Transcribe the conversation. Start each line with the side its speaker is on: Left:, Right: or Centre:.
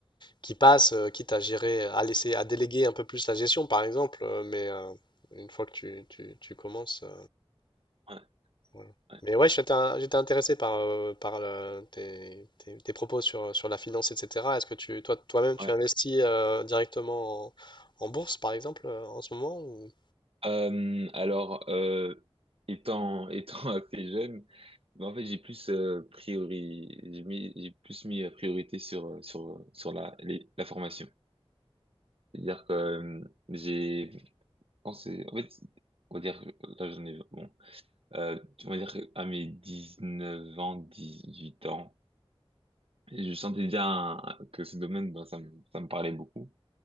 Left: qui passe, euh, quitte à gérer, à laisser, à déléguer un peu plus la gestion, par exemple. euh, mais euh, une fois que tu, tu- tu commences, euh,
Right: Ouais,
Left: voilà.
Right: ouais,
Left: Mais ouais, j'étais in- j'étais intéressé par, euh, par le- tes, tes- tes propos sur, sur la finance, etc. Est-ce que tu, toi, toi-même, tu
Right: ouais.
Left: investis euh, directement en, en bourse, par exemple, euh, en ce moment ou...
Right: Euh, alors, euh, étant, <laughs> étant assez jeune, ben, en fait, j'ai plus euh, priori, j'ai mis, j'ai plus mis la priorité sur, euh, sur, euh, sur la, les- la formation. C'est-à-dire que euh, j'ai, je pense, c'est- en fait, c'est- on va dire, que là, j'en ai, bon, euh, on va dire à mes dix neuf ans, dix huit ans, Et je sentais déjà un- que ce domaine, ben, ça me, ça me parlait beaucoup.